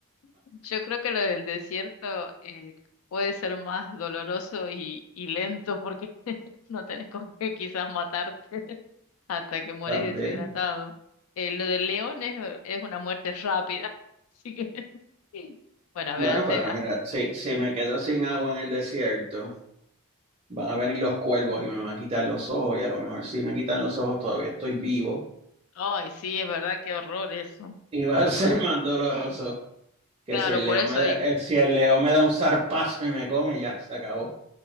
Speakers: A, on the left; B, on the right.
A: Yo creo que lo del desierto eh, puede ser más doloroso y, y lento porque <laughs> no tenés con qué quizás matarte hasta que mueres
B: También.
A: deshidratado. Eh, lo del león es, es una muerte rápida, <laughs> así que... Sí. Bueno, a ver,
B: Bueno,
A: hace,
B: pero mira, si, si me quedo sin agua en el desierto. Van a venir los cuervos y me van a quitar los ojos y a lo mejor si me quitan los ojos todavía estoy vivo
A: Ay, sí, es verdad, qué horror eso.
B: y va
A: Qué
B: a
A: horror.
B: <laughs> ser más doloroso que
A: Claro,
B: si el
A: por
B: león
A: eso
B: me da,
A: digo.
B: eh, si el león me da un zarpazo y me come, ya se acabó.